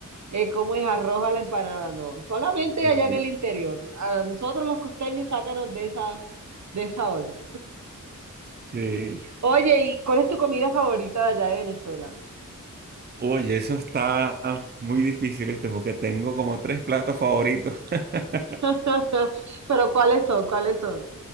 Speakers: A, on the right; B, on the right.
A: eh, ¿cómo es arroz a la empanada? No, solamente
B: sí.
A: allá en el interior. A nosotros los costeños sácanos de esa, de esa olla.
B: sí.
A: Oye, ¿y cuál es tu comida favorita de allá de Venezuela?
B: Oye, eso está muy difícil este, porque tengo como tres platos favoritos. <laughs>
A: <laughs> Pero ¿cuáles son? ¿Cuáles son?